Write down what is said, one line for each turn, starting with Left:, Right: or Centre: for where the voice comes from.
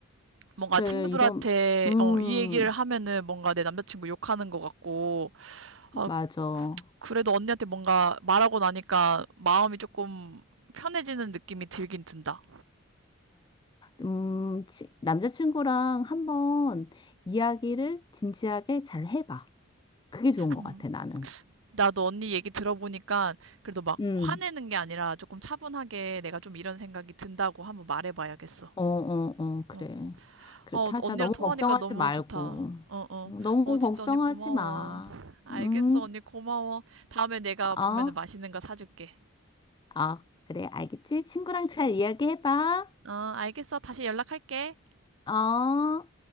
Right: 뭔가
Left: 그래,
Right: 친구들한테
Left: 이런, 음,
Right: 어, 이 얘기를 하면은 뭔가 내 남자친구 욕하는 것 같고 아,
Left: 맞아. 어,
Right: 그래도 언니한테 뭔가 말하고 나니까 마음이 조금 편해지는 느낌이 들긴 든다.
Left: 음, 치- 남자친구랑 한번 이야기를 진지하게 잘 해봐. 그게 좋은 것
Right: 음,
Left: 같아, 나는.
Right: 나도 언니 얘기 들어보니까 그래도 막
Left: 음.
Right: 화내는 게 아니라 조금 차분하게 내가 좀 이런 생각이 든다고 한번 말해봐야겠어.
Left: 어, 어, 어, 그래.
Right: 어,
Left: 그렇게
Right: 어,
Left: 하자.
Right: 언니랑
Left: 너무
Right: 통화하니까
Left: 걱정하지
Right: 너무
Left: 말고.
Right: 좋다. 어, 어,
Left: 음, 너무
Right: 어, 진짜
Left: 걱정하지
Right: 언니 고마워.
Left: 마.
Right: 알겠어,
Left: 응?
Right: 언니 고마워. 다음에 내가 보면은
Left: 어?
Right: 맛있는 거 사줄게.
Left: 아 그래. 알겠지? 친구랑 잘 이야기해봐.
Right: 어, 알겠어. 다시 연락할게.
Left: 어?